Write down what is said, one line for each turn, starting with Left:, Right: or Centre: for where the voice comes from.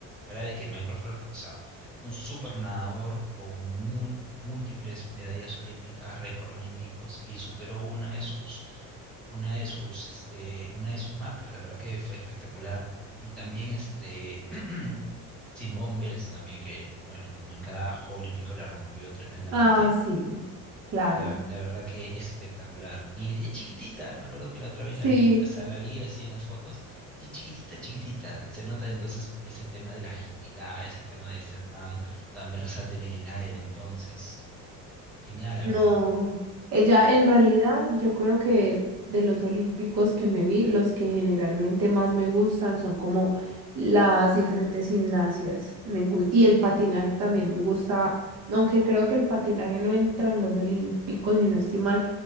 Centre: fuera de que Michael Phelps, o sea, un super nadador con mu- múltiples medallas olímpicas, récords olímpicos y superó una de sus una de sus este una de sus marcas, la verdad que fue espectacular y también este <clears throat> Simone Bells también que bueno, como en cada juego olímpico la rompió tremendamente
Right: Ah, sí, claro.
Centre: la, la verdad que espectacular. Y es chiquitita, me acuerdo que la otra vez la
Right: Sí.
Centre: vi, o sea, la vi así en las fotos, y es chiquitita, chiquitita. Se nota entonces ese tema de la agilidad, ese tema de ser tan, tan versátil en el aire, entonces. Genial, la
Right: No,
Centre: verdad.
Right: ella en realidad yo creo que de los olímpicos que me vi, los que generalmente más me gustan son como las diferentes gimnasias. Me gu- y el patinaje también me gusta, aunque creo que el patinaje no entra en los olímpicos y no estoy mal,